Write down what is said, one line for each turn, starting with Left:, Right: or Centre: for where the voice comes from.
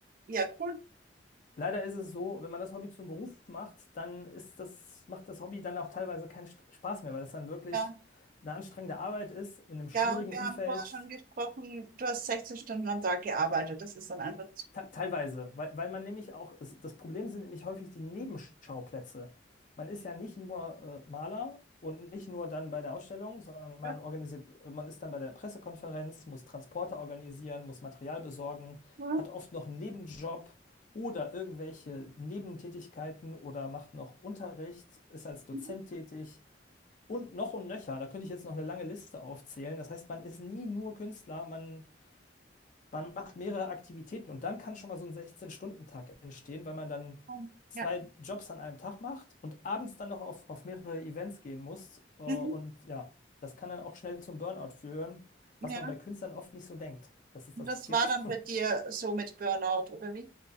Right: Ja, cool.
Left: Leider ist es so, wenn man das Hobby zum Beruf macht, dann ist das, macht das Hobby dann auch teilweise keinen Spaß mehr, weil es dann wirklich
Right: Ja.
Left: eine anstrengende Arbeit ist, in einem schwierigen
Right: Ja, und wir
Left: Umfeld
Right: haben vorher schon gesprochen, du hast 16 Stunden am Tag gearbeitet. Das ist dann einfach zu
Left: te- teilweise, weil, weil man nämlich auch, es, das Problem sind nämlich häufig die Nebenschauplätze. Man ist ja nicht nur äh, Maler und nicht nur dann bei der Ausstellung, sondern man
Right: viel.
Left: organisiert, man ist dann bei der Pressekonferenz, muss Transporte organisieren, muss Material besorgen,
Right: oder?
Left: hat oft noch einen Nebenjob oder irgendwelche Nebentätigkeiten oder macht noch Unterricht, ist als Dozent
Right: Mhm.
Left: tätig und noch und nöcher. Da könnte ich jetzt noch eine lange Liste aufzählen. Das heißt, man ist nie nur Künstler, man man macht mehrere Aktivitäten und dann kann schon mal so ein 16-Stunden-Tag entstehen, weil man dann
Right: Mhm.
Left: zwei
Right: Ja.
Left: Jobs an einem Tag macht und abends dann noch auf, auf mehrere Events gehen muss. Äh, Und
Right: Mhm.
Left: ja, das kann dann auch schnell zum Burnout führen,
Right: Ja.
Left: was man bei Künstlern oft nicht so denkt, dass es
Right: Und
Left: das
Right: das
Left: gibt.
Right: war dann
Left: <laughs>
Right: bei dir so mit Burnout, oder wie?